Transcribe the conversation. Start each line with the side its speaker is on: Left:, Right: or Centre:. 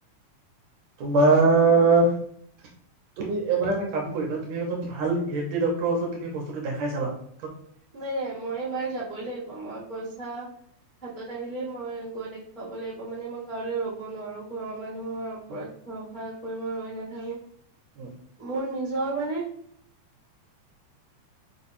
Right: তোমাৰ তুমি এবাৰ এটা কাম কৰিবা তুমি এজন ভাল ই‌ ডি ডক্টৰ ওচৰত তুমি বস্তুটো দেখাই চাবা ।
Left: নাই নাই মই এবাৰ যাবই লাগিব মই পইচা হাতত আহিলেই মই গৈ দিম খুৱাব লাগিব মানে মই কাৰলৈ ৰ'ব নোৱাৰো ঘৰৰ মানুহৰ ওপৰত
Right: উম,
Left: ভৰসা কৰিবই ৰৈ নাথাকোঁ
Right: উম,
Left: মোৰ নিজ যৰ মানে